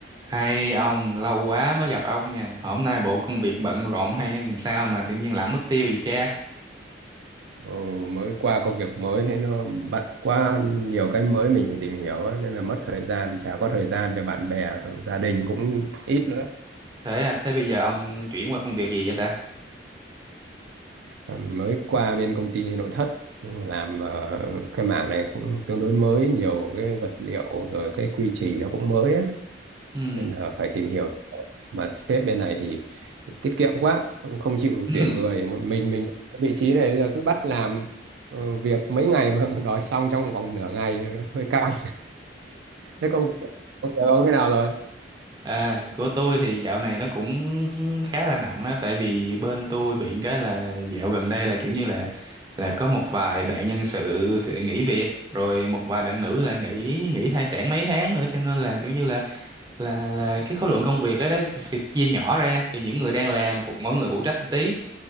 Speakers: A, on the right; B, on the right.
A: Hay ông, lâu quá mới gặp ông nha. Hôm nay bộ công việc bận rộn hay làm sao mà tự nhiên lẳng mất tiêu vậy cha?
B: Ờ, mới qua công việc mới thế nó bận quá nhiều cái mới mình phải tìm hiểu ấy, nên là mất thời gian chả có thời gian cho bạn bè gia đình cũng ít nữa
A: Thế à, thế bây giờ ông chuyển qua công việc gì vậy ta?
B: Ờ, mình mới qua bên công ty nội thất nhưng mà làm ờ, cái mảng này cũng tương đối mới nhiều cái vật liệu rồi cái quy trình nó cũng mới ấy,
A: Ừm.
B: nên là phải tìm hiểu mà sếp bên này thì tiết kiệm quá cũng không chịu
A: <laughs>
B: tuyển người một mình mình ở vị trí này bây giờ cứ bắt làm ờ, việc mấy ngày mà <laughs> đòi xong trong vòng nửa ngày hơi căng thế công công việc ông thế nào rồi
A: À, của tôi thì dạo này nó cũng khá là nặng đó, tại vì bên tôi bị cái là dạo gần đây là kiểu như là là có một vài bạn nhân sự thì nghỉ việc, rồi một vài bạn nữ lại nghỉ nghỉ thai sản mấy tháng nữa, cho nên là kiểu như là là là cái khối lượng công việc đấy đấy thì, thì chia nhỏ ra, thì những người đang làm phục mỗi người phụ trách một tí